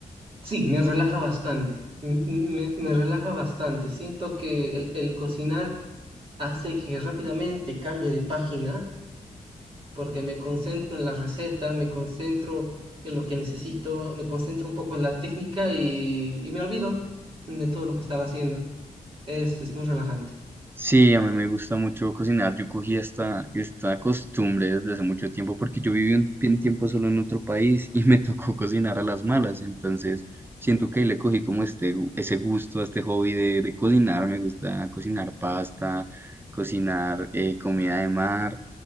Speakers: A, on the right (about 45°); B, on the right (about 15°).
A: Sí, me relaja bastante, m- m- me, me relaja bastante. Siento que el, el cocinar hace que rápidamente cambie de página, porque me concentro en la receta, me concentro en lo que necesito, me concentro un poco en la técnica y, y me olvido de todo lo que estaba haciendo. Es, es muy relajante.
B: Sí, a mí me gusta mucho cocinar. Yo cogí esta, esta costumbre desde hace mucho tiempo porque yo viví un, un tiempo solo en otro país y <laughs> me tocó cocinar a las malas. Entonces, siento que ahí le cogí como este, gu- ese gusto, este hobby de, de cocinar. Me gusta cocinar pasta, cocinar eh, comida de mar.